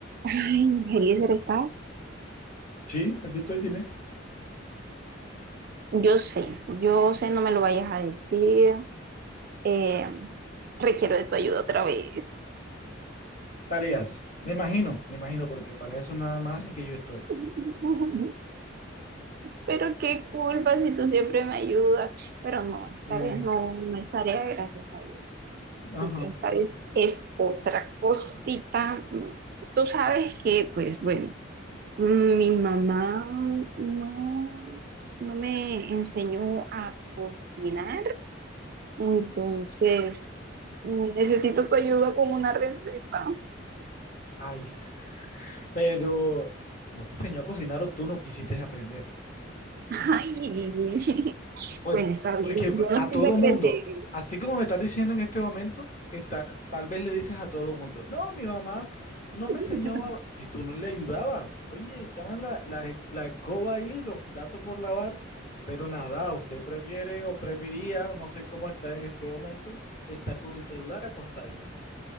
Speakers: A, on the right; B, on the left.
A: Ay, Eliezer, ¿estás?
B: Sí, aquí estoy, dime.
A: Yo sé, yo sé, no me lo vayas a decir. Eh, requiero de tu ayuda otra vez.
B: Tareas. Me imagino, me imagino, porque para eso nada más es que yo estoy.
A: <laughs> Pero qué culpa si tú siempre me ayudas. Pero no, esta
B: Mm,
A: vez no,
B: sí.
A: no es tarea, gracias a Dios. Sí,
B: Ajá.
A: esta vez es otra cosita. Tú sabes que, pues bueno, mi mamá no, no me enseñó a cocinar. Entonces, mm, necesito tu ayuda con una receta.
B: Ay, s- pero no te enseñó a cocinar o tú no quisiste aprender.
A: Ay, <laughs>
B: Pues
A: bueno, está bien.
B: porque
A: Yo no
B: a
A: sé
B: todo
A: secretería.
B: mundo, así como me estás diciendo en este momento, está, tal vez le dices a todo mundo, no, mi mamá no
A: <laughs>
B: me enseñó, a-". si tú no le ayudabas, oye, estaban la, la, la escoba ahí, los platos por lavar, pero nada, usted prefiere o prefería, no sé cómo está en este momento, estar con el celular acostadita.